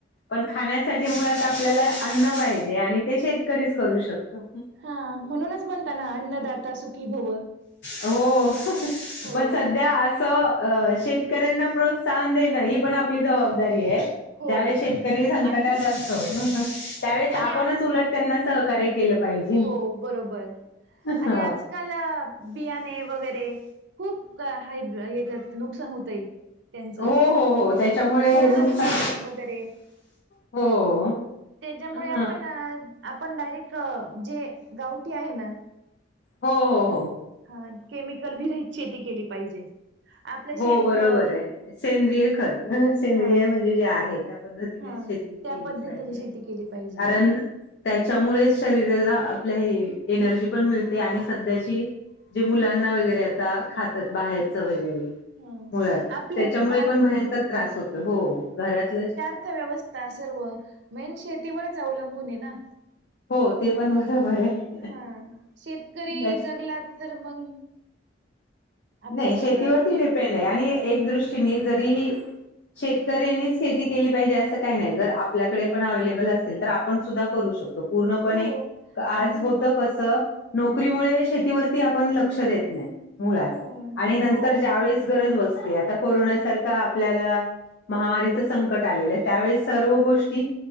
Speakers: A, on the left (about 60°); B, on the right (about 65°).
A: पण खाण्यासाठी मुळात आपल्याला अन्न पाहिजे, आणि ते शेतकरीच करू शकतो.
B: हा, म्हणूनच म्हणताना अन्नदाता सुखी भव.
A: हो,
B: हो
A: पण सध्या असं शेतकऱ्यांना प्रो त्साहन देणं, ही पण आपली जबाबदारी आहे.
B: हो
A: ज्यावेळेस शेतकरी संकटात
B: आणि
A: असतो, त्यावेळेस
B: आणि
A: आपणच
B: आ
A: उलट त्यांना सहकार्य केलं पाहिजे.
B: हो, बरोबर.
A: हा
B: आणि आजकाल बियाणे वगैरे खूप <unintelligible> नुकसान होतय त्यांचं
A: हो हो हो त्याच्यामुळे
B: बोगस
A: नुकसान
B: बियाणे वगैरे
A: पण होतंय.
B: त्याच्यामुळे
A: हो हा
B: आपण आपण डायरेक्ट, जे गावठी आहे ना?
A: हो. हो. हो. हो.
B: हा, केमिकल विरहित शेती केली पाहिजे. आपलं शेणखत
A: हो बरोबर आहे, सेंद्रिय खत, सेंद्रिय
B: हा
A: म्हणजे जे आहेत. त्या पद्धतीने
B: हा
A: शेती केलीच
B: त्या पद्धतीने
A: पाहिजे,
B: शेती केली पाहिजे
A: कारण त्याच्यामुळेच शरीराला आपल्या हे एनर्जी पण मिळते, आणि सध्याची जे मुलांना वगैरे आता खातात, बाहेरच वगैरे
B: ह
A: मुळात
B: आपल्या
A: त्याच्यामुळे
B: भारत
A: पण भयंकर त्रास होतो, हो घरातलं
B: <unintelligible> व्यवस्था सर्व, मेन शेतीवरच अवलंबून आहे ना.
A: हो, ते पण बरोबर आहे.
B: हा, शेतकरी
A: त्याच
B: जगलात तर मग आपले
A: नाही
B: सर्व
A: शेतीवरती डिपेंड आहे, आणि एक दृष्टीने जरीही शेतकऱ्यांनीच खेती केली पाहिजे, असं काही नाही. जर आपल्याकडे पण अवे्लेबल असेल, तर आपण सुद्धा करू शकतो. त पूर्णपणे,
B: हो
A: आज
B: आणि
A: होतं कसं नोकरीमुळे शेतीवरती आपण लक्ष देत नाही, मुळात.
B: हो
A: आणि नंतर
B: हो
A: ज्या वेळेस गरज बसते, आता कोरोनासारखा आपल्याला महामारीच संकट आलेलं, त्यावेळेस सर्व
B: हो
A: गोष्टी